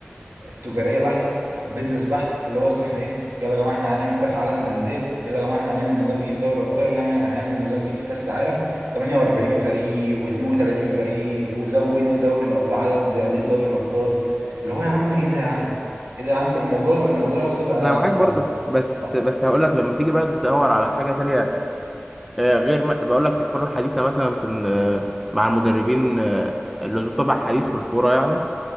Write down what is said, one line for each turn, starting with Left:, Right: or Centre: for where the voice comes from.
Right: تجاريه بحته بيزنس بحت اللي هو يس احنا ايه يلا يا جماعه احنا هنعمل كاس عالم للانديه يلا يا جماعه احنا هنعمل نظام جديد في دوري الابطال يلا هنعمل هنعمل نظام جديد في كاس العالم 48 فريق و32 فريق وزود لي دوري الابطال عدد انديه دوري الابطال اللي هو يا عم ايه ده يا عم ايه ده يا عم الموضوع الموضوع يس بقى
Centre: انا معاك برضو بس
Right: بقى-
Centre: بس هقول لك لما تيجي بقى تدور على حاجه تانية آه، غير ما بقول لك في الكره الحديثه مثلا في إن، آه، مع المدربين آه، اللي ذو طبع حديث في الكوره يعني